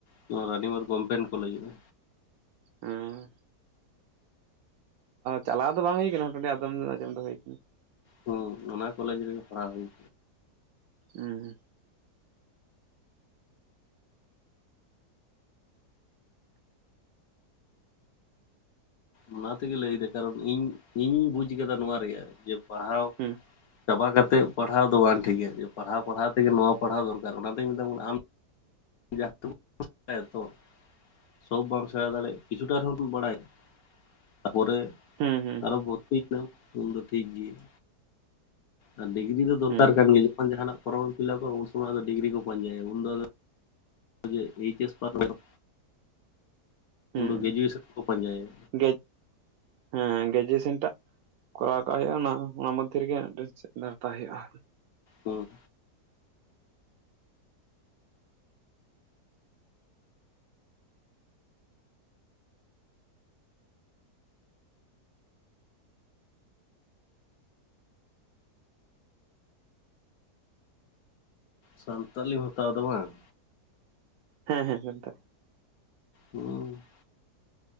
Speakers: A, on the left; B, on the right.
A: ᱱᱚᱣᱟ ᱨᱟᱱᱤᱵᱟᱸᱫ ᱠᱚᱢᱯᱮᱱ ᱠᱚ ᱞᱟᱹᱭᱚᱜᱼᱟ᱾
B: ᱦᱩᱸ ᱾ ᱪᱟᱞᱟᱣ ᱫᱚ ᱵᱟᱝ ᱦᱩᱭ ᱠᱟᱱᱟ ᱢᱚᱴᱟᱢᱩᱴᱤ ᱟᱫᱚᱢ ᱟᱸᱡᱚᱢ ᱫᱚ ᱦᱩᱭ ᱠᱟᱱᱟ ᱾
A: ᱦᱩᱸ ᱚᱱᱟ ᱠᱚᱞᱮᱡᱽ ᱨᱮᱜᱮ ᱯᱟᱲᱦᱟᱣ ᱦᱩᱭ
B: ᱦᱮᱸ ᱦᱮᱸ
A: ᱚᱱᱟ ᱛᱮᱜᱮ ᱞᱟᱹᱭ ᱮᱫᱟ ᱠᱟᱨᱚᱱ ᱤᱧ ᱤᱧ ᱵᱩᱡᱽ ᱟᱠᱟᱫᱟ ᱱᱚᱶᱟ ᱨᱮᱭᱟᱜ ᱡᱮ ᱯᱟᱲᱦᱟᱣ
B: ᱦᱮᱸ
A: ᱪᱟᱵᱟ ᱠᱟᱛᱮᱫ ᱯᱟᱲᱦᱟᱣ ᱫᱚ ᱵᱟᱝ ᱴᱷᱤᱠ ᱜᱮᱭᱟ ᱯᱟᱲᱦᱟᱣ ᱯᱟᱲᱦᱟᱣ ᱛᱮᱜᱮ ᱱᱚᱣᱟ ᱯᱟᱲᱦᱟᱣ ᱫᱚᱨᱠᱟᱨ ᱚᱱᱟ ᱛᱮᱧ ᱢᱮᱛᱟᱢ ᱠᱟᱱᱟ ᱟᱢ <unintelligible> ᱛᱚ ᱥᱚᱵᱽ ᱵᱟᱢ ᱥᱮᱬᱟ ᱫᱟᱲᱮᱭᱟᱜᱼᱟ ᱠᱤᱪᱷᱩᱴᱟᱜ ᱨᱮᱦᱚᱢ ᱵᱟᱲᱟᱭᱟ ᱛᱟᱯᱚᱨᱮ
B: ᱦᱩᱸ ᱦᱩᱸ
A: ᱟᱨᱦᱚᱸ
B: ᱦᱩᱸ
A: <unintelligible> ᱫᱚ ᱴᱷᱤᱠ ᱜᱮᱭᱟ ᱟᱨ ᱰᱤᱜᱽᱨᱤ ᱫᱚ ᱫᱚᱨᱠᱟᱨ
B: ᱦᱩᱸ
A: ᱠᱟᱱ ᱜᱮᱭᱟ ᱡᱚᱠᱷᱚᱱ ᱡᱟᱦᱟᱱᱟᱜ ᱯᱷᱚᱨᱚᱢᱮᱢ ᱯᱷᱤᱞᱟᱯᱼᱟ ᱩᱱ ᱥᱚᱢᱚᱭ ᱫᱚ ᱰᱤᱜᱽᱨᱤ ᱠᱚ ᱯᱟᱸᱡᱟᱭᱟ ᱩᱱ ᱫᱚ ᱟᱫᱚ ᱡᱮ <unintelligible>
B: ᱦᱮᱸ
A: ᱜᱨᱮᱡᱩᱭᱮᱥᱚᱱ ᱠᱚ ᱯᱟᱸᱡᱟᱭᱟ
B: <unintelligible> ᱦᱮᱸ ᱜᱨᱮᱡᱩᱭᱮᱥᱚᱱᱴᱟᱜ ᱠᱚᱨᱟᱣ ᱠᱟᱜ ᱦᱩᱭᱩᱜᱼᱟ ᱚᱱᱟ ᱚᱱᱟ ᱢᱚᱫᱽᱫᱷᱮ ᱨᱮᱜᱮ <unintelligible> ᱦᱟᱛᱟᱣ ᱦᱩᱭᱩᱜᱼᱟ
A: ᱦᱮᱸ ᱥᱟᱱᱛᱟᱹᱞᱤᱢ ᱦᱟᱛᱟᱣ ᱮᱫᱟ ᱵᱟᱝ
B: ᱦᱮᱸ ᱦᱮᱸ ᱦᱮ ᱥᱟᱱᱛᱟᱞᱤᱼᱼ
A: ᱦᱩᱸ